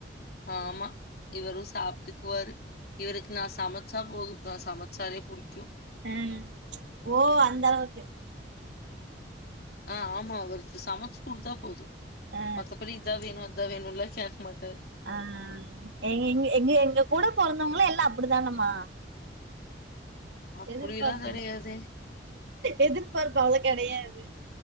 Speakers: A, on the left; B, on the right.
A: ஆமா இவரும் சாப்பிட்டுக்குவாரு இவருக்கு நான் சமைச்சா போதும் நான் சமைச்சாலே பிடிக்கும்
B: ம் ஓ அந்த அளவுக்கு
A: ஆ ஆமா அவருக்கு சமைச்சு குடுத்தா போதும்
B: ஆ
A: மத்தபடி இதான் வேணும் அதான் வேணுன்லாம் கேக் மாட்டார்
B: ஆஹ்எங்க எங்க எங்க கூட பொறந்தவங்களா எல்லாம் அப்படிதாங்கமா
A: அப்படிலாம்
B: எதிர்பார்ப்பு
A: கிடையாதே.
B: இல்ல எதிர்பார்ப்பு அவ்வள கிடையாது